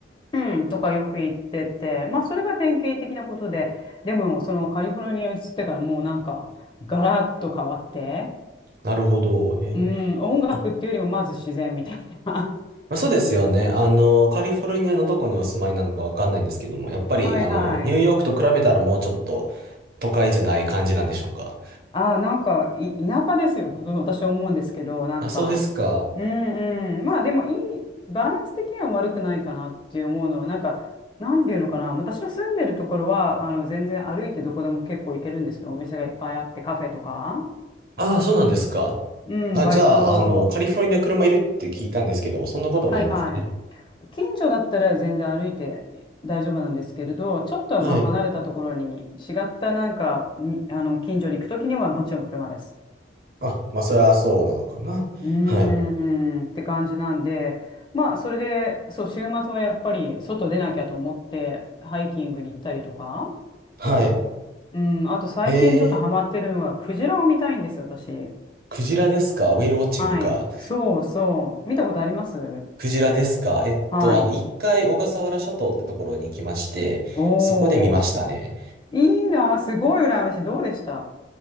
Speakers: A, on the left (about 25°); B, on the right (about 55°).
A: うん、とかよく言ってて、まあそれが典型的なことで、でもそのカリフォルニアに移ってからもうなんかガラッと変わって、
B: なるほど。へえ。
A: うん、音楽っていうよりもまず自然みたいな。
B: あ、まあ、そうですよね。あの、カリフォルニアのどこにお住まいなのかわかんないんですけども、やっぱり、
A: <laughs> はいはい。
B: あの、ニューヨークと比べたらもうちょっと都会じゃない感じなんでしょうか。
A: ああ、なんか、い、田舎ですよ、とと私は思うんですけど、なんか、
B: あ、そうですか。
A: うんうん。まあでもいい、バランス的には悪くないかなって思うのは、なんか、なんていうのかな、私の住んでるところは、あの、全然歩いてどこでも結構行けるんですけど、お店がいっぱいあって、カフェとか。
B: ああ、そうなんですか。
A: うん、
B: あ、
A: 割と、
B: じゃあ、あの、カリフォルニア車いるって聞いたんですけども、そんなこともないんですかね。
A: はいはい。近所だったら全然歩いて大丈夫なんですけれど、ちょっとまあ離れたところに違ったなんかに、
B: はい。
A: あの、近所に行くときにはもちろん車です。
B: あ、まあ、それはそうなのかな。
A: うーんって感じなんで、
B: はい。
A: まあ、それで、そう、週末はやっぱり外出なきゃと思って、ハイキングに行ったりとか、
B: はい。
A: うん、あと最近ちょっとハマってるのが、
B: へえ、
A: クジラを見たいんですよ、私。
B: クジラですかウェイルウォッチングか。
A: はい。そうそう。見たことあります
B: クジラですかえっと、
A: はい。
B: あの、一回小笠原諸島ってところに行きまして、
A: おー。
B: そこで見ましたね。
A: いいな、すごい羨ましい。どうでした